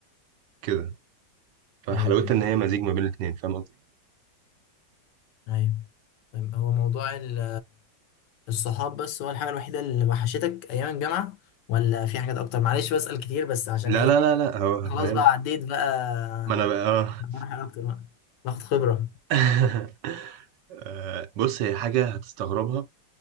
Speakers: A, on the right (about 75°); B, on the left (about 75°).
A: كده فحلاوتها
B: ايوه ايوه
A: ان هي مزيج ما بين الاتنين فاهم قصدي
B: ايوه طيب، هو موضوع ال الصحاب بس هو الحاجة الوحيدة اللي وحشتك أيام الجامعة ولا في حاجات أكتر معلش بسأل كتير بس عشان
A: لا
B: إيه
A: لا لا لا هو
B: خلاص
A: فاهم
B: بقى عديت بقى
A: ما انا بقى اه
B: مراحل أكتر بقى باخد خبرة
A: <laughs> آه، بص هي حاجة هتستغربها